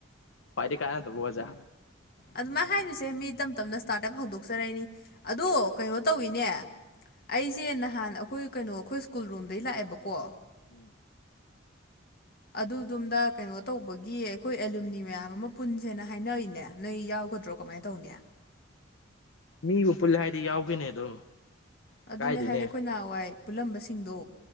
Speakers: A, on the left (about 75°); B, on the left (about 50°).
A: ꯈ꯭ꯋꯥꯏꯗꯩ ꯀꯥꯅꯗꯕ ꯑꯣꯖꯥ
B: ꯑꯗꯨꯃꯥꯏ ꯍꯥꯏꯅꯨꯁꯦ ꯃꯤ ꯇꯞ ꯇꯞꯅ ꯁ꯭ꯇꯥꯔꯠ ꯑꯞ ꯍꯧꯗꯣꯛꯆꯔꯛꯏꯅꯤ ꯑꯗꯣ ꯀꯩꯅꯣ ꯇꯧꯋꯤꯅꯦ ꯑꯩꯁꯦ ꯅꯍꯥꯟ ꯑꯩꯈꯣꯏ ꯀꯩꯅꯣ ꯑꯩꯈꯣꯏ ꯁ꯭ꯀꯨꯜ ꯔꯣꯝꯗꯩ ꯂꯥꯛꯑꯦꯕꯀꯣ
A: ꯎꯝ
B: ꯑꯗꯨ ꯗꯨꯝꯗ ꯀꯩꯅꯣ ꯇꯧꯕꯒꯤ ꯑꯩꯈꯣꯏ ꯑꯦꯂꯨꯃꯤꯅꯤ ꯃꯌꯥꯝ ꯑꯃ ꯄꯨꯟꯁꯦꯅ ꯍꯥꯏꯅꯩꯅꯦ ꯅꯣꯏ ꯌꯥꯎꯒꯗ꯭ꯔꯣ ꯀꯃꯥꯏ ꯇꯧꯅꯤ
A: ꯃꯤꯕꯨ ꯄꯨꯜꯂꯦ ꯍꯥꯏꯗꯤ ꯌꯥꯎꯒꯦꯅꯦ ꯑꯗꯨꯝ
B: ꯑꯗꯨꯅꯦ
A: ꯀꯥꯏꯗꯦꯅꯦ
B: ꯍꯥꯏꯗꯤ ꯑꯩꯈꯣꯏ ꯅꯍꯥꯟꯋꯥꯏ ꯄꯨꯜꯂꯝꯕꯁꯤꯡꯗꯣ